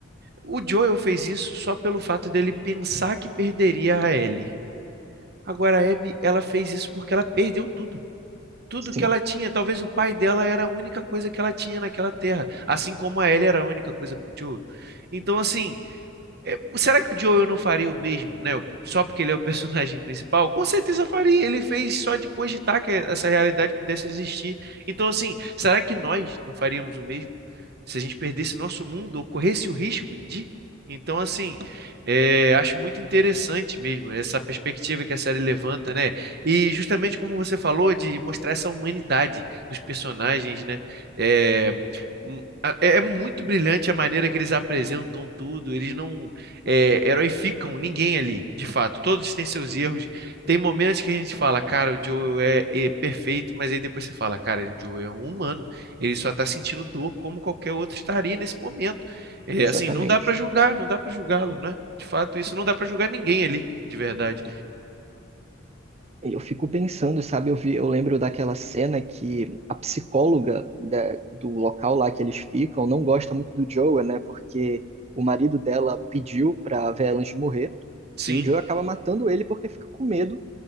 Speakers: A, on the right; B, on the right.
A: O Joel fez isso só pelo fato dele pensar que perderia a Ellie. Agora a Abby, ela fez isso porque ela perdeu tudo. tudo
B: Sim.
A: que ela tinha. Talvez o pai dela era a única coisa que ela tinha naquela terra, assim como a Ellie era a única coisa pro Joe. Então, assim, é, será que o Joel não faria o mesmo, né? Só porque ele é o personagem principal? Com certeza faria. Ele fez só de cogitar que essa realidade pudesse existir. Então, assim, será que nós não faríamos o mesmo? Se a gente perdesse nosso mundo ou corresse o risco de. Então, assim, é, acho muito interessante mesmo essa perspectiva que a série levanta, né? E justamente como você falou, de mostrar essa humanidade dos personagens, né? É, m- a- é muito brilhante a maneira que eles apresentam tudo. Eles não é, heroificam ninguém ali, de fato. Todos têm seus erros. Tem momentos que a gente fala, cara, o Joel é, é perfeito, mas aí depois você fala, cara, o Joel é um humano. Ele só tá sentindo dor como qualquer outro estaria nesse momento. É,
B: Exatamente.
A: assim, não dá pra julgar, não dá pra julgá-lo, né? De fato, isso não dá pra julgar ninguém ali, de verdade.
B: Eu fico pensando, sabe? Eu vi, eu lembro daquela cena que a psicóloga da- do local lá que eles ficam não gosta muito do Joe, né? Porque o marido dela pediu pra Velange morrer
A: Sim,
B: e o Joe acaba matando ele porque fica com medo